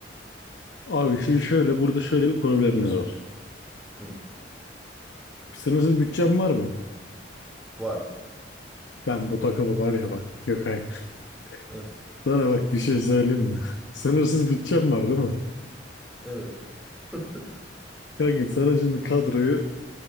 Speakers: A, on the left; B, in the centre.
A: Abi şimdi şöyle burada şöyle bir problemimiz var.
B: Hı.
A: Sınırsız bütçem var mı?
B: Var.
A: Ben bu takımı var ya bak Gökay.
B: Hı.
A: <laughs> Sana bak bir şey söyleyeyim mi? <laughs> Sınırsız bütçem var değil mi?
B: Evet. <laughs>
A: Kanka sana şimdi kadroyu